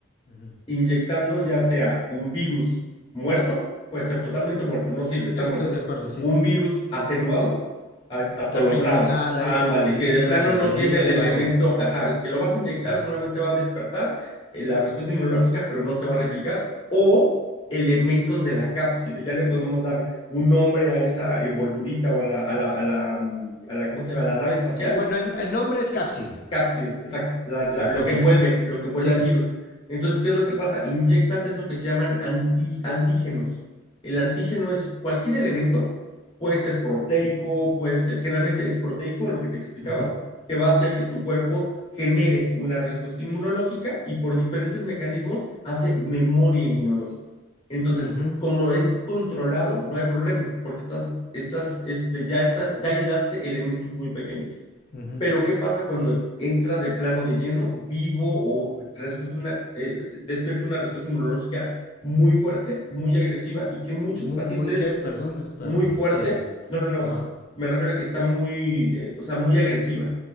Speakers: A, on the left (about 45°); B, on the left (about 25°).
A: ujú.
B: inyectando ya sea un virus muerto, puede ser totalmente muerto, no sirve, está
A: Sí, estoy
B: muerto,
A: de acuerdo, sí.
B: un virus atenuado, atolondrado,
A: La pendejada
B: ándale,
A: y todo, y
B: que de plano
A: órale,
B: no tiene
A: yo, yo
B: el
A: le
B: elemento,
A: bailo.
B: ajá, es que lo vas a inyectar,
A: Ujú.
B: solamente va a despertar eh, la respuesta inmunológica, pero no se va a replicar, o elementos de la cápside, ya le podemos dar un nombre a esa envolturita o a la, a la, a la, mm, a la, ¿cómo se llama?, a la nave espacial
A: Bueno, el, el nombre es Cápside.
B: cápside, exacto, la-
A: Sí,
B: la- lo
A: ok.
B: que envuelve, lo que envuelve
A: Sí.
B: al virus. Entonces, ¿qué es lo que pasa? Inyectas eso que se llaman anti- antígenos. El antígeno es cualquier elemento, puede ser proteico, puede ser, generalmente es proteico, lo que te explicaba,
A: ujú,
B: que va a hacer que tu cuerpo genere una respuesta inmunológica y por diferentes mecanismos hace memoria inmunológica. Entonces,
A: ujú,
B: como es controlado, no hay problema, porque estás, estás, este, ya estás, ya hilaste elementos muy pequeños.
A: ujú.
B: Pero ¿qué pasa cuando entra de plano de lleno, vivo o respuesta una, eh, despierta una respuesta inmunológica muy fuerte, muy agresiva y que muchos
A: Muy,
B: pacientes
A: muy qué, perdón, espérame,
B: muy fuerte,
A: es que...
B: no, no, no,
A: Ajá.
B: me refiero a que está muy, eh, o sea, muy agresiva,